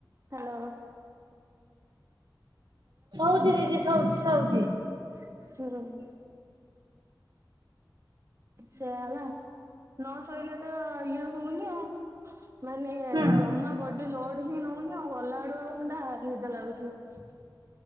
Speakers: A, on the right; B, on the right.
A: ହାଲୋ।
B: ଶଉଛି ଦିଦି ଶଉଛି ଶଉଛି।
A: ହୁଁ ସେୟା ପା। ନ ସୋଇଲେ ତ ଇଏ ହଉନି ଆଉ। ମାନେ
B: ହୁଁ
A: ଜମା ବଡି ଲୋଡ ହିଁ ନଉନି ଆଉ ଅଲ ତାଠୁ ଆଉ ମେ ନିଦ ଲାଗୁଥିବ।